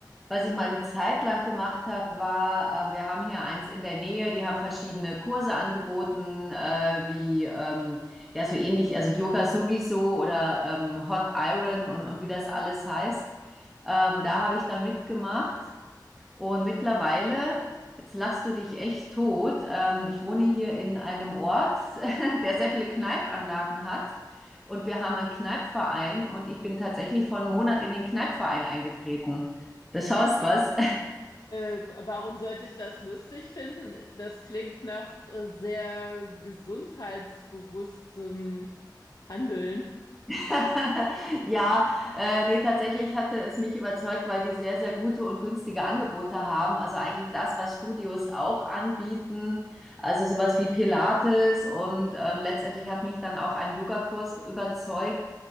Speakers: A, in the centre; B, on the left.
A: Was ich mal eine Zeit lang gemacht habe, war, ähm, wir haben hier eins in der Nähe, die haben verschiedene Kurse angeboten, äh, wie ähm, ja so ähnlich, also Yoga sowieso oder ähm, Hot Iron und, und wie das alles heißt. Ähm, da habe ich dann mitgemacht. Und mittlerweile, jetzt lachst du dich echt tot, ähm, ich wohne hier in einem Ort, <laughs> der sehr viele Kneipanlagen hat. Und wir haben einen Kneipverein und ich bin tatsächlich vor einem Monat in den Kneipverein eingetreten. Das schaust was.
B: Äh, warum sollte ich das lustig finden? Das klingt nach äh, sehr gesundheitsbewusstem Handeln.
A: <laughs> Ja, äh, ne, tatsächlich hatte es mich überzeugt, weil die sehr, sehr gute und günstige Angebote haben. Also eigentlich das, was Studios auch anbieten. Also sowas wie Pilates und ähm, letztendlich hat mich dann auch ein Yogakurs überzeugt,